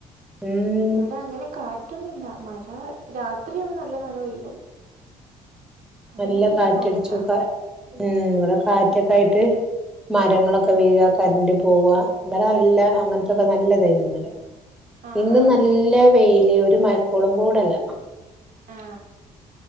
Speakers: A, in the centre; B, on the right.
A: ഉം
B: ഇവിടങ്ങനെ കാറ്റോന്നില്ല മഴ പ്പ രാത്രിയാവുമ്പോ നല്ല മഴ പെയ്യും. അങ്ങനെ
A: നല്ല
B: പ്രശ്നൊന്നുല്ല
A: കാറ്റടിച്ചുയിപ്പോ ഉം ഇവിടെ കാറ്റോക്കായിട്ട് മരങ്ങളൊക്കെ വീഴാ കരന്റ് പോവ ഇന്നലെ നല്ല അങ്ങനത്തൊക്കെ നല്ലേതായിരുന്നുന്നലെ.
B: ആഹ്
A: ഇന്ന്
B: ആഹ്
A: നല്ല വെയില് ഒരു മയക്കോളും കൂടല്ല.
B: ആ